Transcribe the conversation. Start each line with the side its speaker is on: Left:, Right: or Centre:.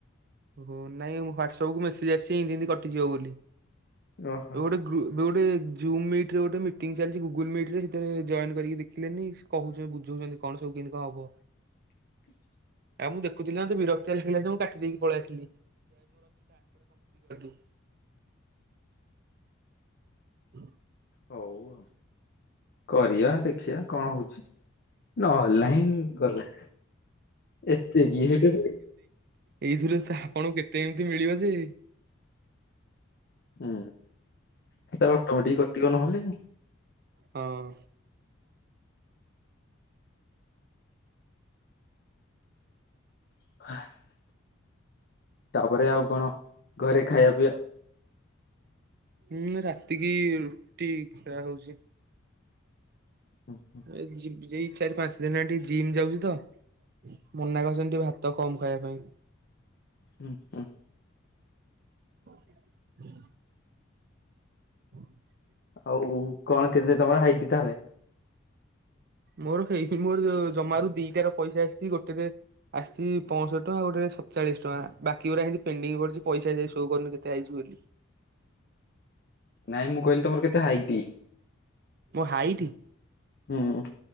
Right: ଓ ହ ନାଇଁ ମୁଁ ହ୍ଵାଟସଆପ୍ କୁ ମେସେଜ ଆସିଚି ଏମତି ଏମତି କଟିଯିବ ବୋଲି
Left: ଓହୋ
Right: ଆଉ ଗୋଟେ ଗ୍ରୁ ଗୃପ୍ରେ ଗୋଟେ ଜୁମ୍ ମିଟ ରେ ଗୋଟେ ମିଟିଂ ଚାଲିଛି ଗୁଗୁଲ୍ ମିଟ ରେ ସେଥିରେ ଜଏନ କରିକି ଦେଖିଲେନି। କହୁଛନ୍ତି ବୁଝଉଛନ୍ତି କଣ ସବୁ କେମିତି କଣ ହବ।
Left: ହ <inaudible>
Right: ଏ ମୁଁ ଦେଖୁଥିଲି ନା ମ ବିରକ୍ତ କ୍ତି ଲାଗିଲା ଯେ ମୁଁ କାଟି ଦେଇକି ପଳେଇ ଆସିଲି <unintelligible> <inaudible>
Left: ହଉ ଆଉ କରିବା ଦେଖିବା କଣ ହଉଛି। ନ ହେଲା ନାହିଁ ଗଲା ଏତେ କିଏ ହେଟ <unintelligible>
Right: ଏଇଥିରେ ତ ଆପଣଙ୍କୁ କେତେ ଏମିତି ମିଳିବ ଯେ
Left: ହୁଁ ସେ ତାର ଅଟୋମେଟିକ କଟିବ ନହେଲେ।
Right: ହଁ।
Left: <inaudible> ତାପରେ ଆଉ କଣ ଘରେ ଖାଇବା ପିଇବା
Right: ହୁଁ ରାତିକି ରୁଟି ଖିଆ ହଉଚି।
Left: ହୁଁ ହଁ।
Right: ଏଇ ଯିବି ଯାଇ ଚାରି ପାଞ୍ଚ ଦିନ ହେଲା ଟିକେ ଜିମ୍ ଯାଉଛି ତ। ମନା କରିଛନ୍ତି ଟିକେ ଭାତ କମ ଖାଇବା ପାଇଁ।
Left: ହୁଁ ହୁଁ।
Right: <inaudible> <inaudible>
Left: ଆଉ କଣ କେତେ ତମର ହାଇଟ ତାହେଲେ।
Right: ମୋର ହେଇ ତି ମୋର ଜମାରୁ ଦିଟାର ପଇସା ଆସିଛି ଗୋଟେ ରେ ଆସିଛି ପଂଶଠି ଟଙ୍କା ଗୋଟେ ରେ ସତଚାଳିଶ ଟଙ୍କା ବାକି ପୁରା ଏମିତି ପେଣ୍ଡିଙ୍ଗ ପଡିଛି ପଇସା ଏ ଯାଇ ସୋ କରୁନି କେତେ ଆଇଚି ବୋଲି।
Left: ନାଇଁ ମୁଁ କହିଲି ତମର କେତେ ହାଇଟି।
Right: ମୋ ହାଇଟି।
Left: ହୁଁ।